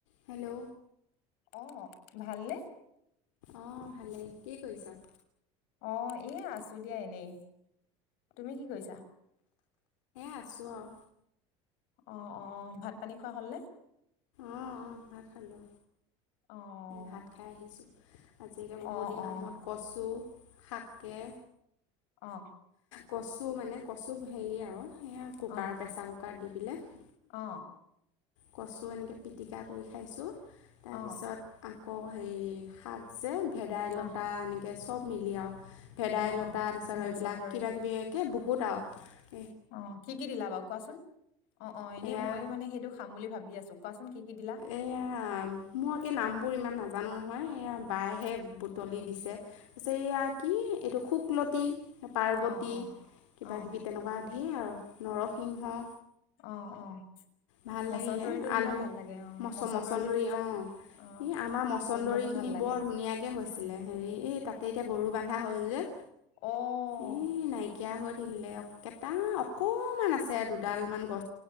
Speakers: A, on the left (about 90°); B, on the left (about 70°).
A: Hello
B: অ ভালনে
A: অ ভালেই কি কৰিছ?
B: অ এ আছো দিয়া এনেই তুমি কি কৰিছা?
A: আছো আও
B: অ অ ভাত পানী খোৱা হ'লনে।
A: অঁ অঁ ভাত খালো
B: অ',
A: ভাত খাই আহিছো আজি একে বহুত
B: অ',
A: দিনৰ
B: অ',
A: মূৰত কচু থাকে
B: অ
A: কচু মানে কচু হেৰি আৰু সেয়া কুকাৰ
B: অ',
A: প্ৰেছাৰ কুকাৰত দি পেলাই
B: অ',
A: কচু এনেকৈ পিটিকা কৰি খাইছোঁ তাৰপিছত
B: অ',
A: আকৌ হেৰি শাক যে ভেদাইলতা
B: অ',
A: এনেকৈ চব মিলি আৰু ভেদাইলতা
B: অ', অ',
A: তাৰপিছত
B: মচন্দৰী
A: এইবিলাক কিবা কিবি একে বহুত আও
B: অ কি কি দিলা বাৰু কোৱাচোন অ অ এনেই
A: এয়া
B: ময়ো মানে সেইটো খাম বুলি ভাবি আছো কোৱাচোন কি কি দিলা?
A: এয়া মই এই নাম বোৰ ইমান নাজা নো নহয় এইয়া বাইহে বুটলি দিছে তাৰপিছত এয়া কি এইটো শুকলতি পাৰ্বতী
B: অ', অ',
A: কিবা
B: অ',
A: কিবি তেনেকোৱা ঢেৰ আও নৰসিংহ
B: অ অ
A: ভাল
B: মচন্দৰিটো
A: লাগিলে
B: দিলে
A: আলু
B: ভাল লাগে অ',
A: মচ
B: মচন্দৰীটো
A: মছন্দৰি
B: দিলে তাক
A: অ
B: অ',
A: ই আমাৰ মছন্দৰি
B: গোন্ধটো
A: খিনি
B: ভাল লাগে
A: বৰ ধুনীয়াকে হৈছিলে হেৰি এ তাতে এতিয়া গৰু বন্ধা হ'ল যে
B: অহ
A: এই নাইকিয়া হৈ থাকিলে কেইটা অকমান আছে দুডাল মান